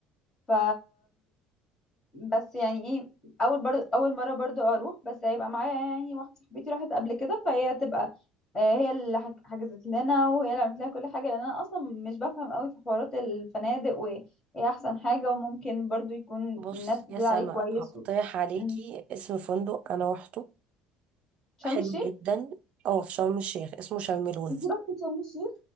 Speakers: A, on the left; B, on the right.
A: ف بس يعني ايه اول برضو اول مره برضو اروح بس هيبقى معايا يعني واحده صاحبتي راحت قبل كده فهي هتبقى آه، هي اللي حج- حجزت لنا وهي اللي عملت لنا كل حاجه لان انا اصلا مش بفهم قوي في حوارات الفنادق وايه احسن حاجه وممكن برضو يكون
B: بص
A: الناس بتقول
B: يا سما
A: عليه كويس
B: هقترح
A: و...
B: عليكي
A: مم.
B: اسم فندق انا روحته
A: شرم
B: حلو
A: الشيخ
B: جدا اه في شرم الشيخ اسمه شرم الوز
A: انت رحتي شرم الشيخ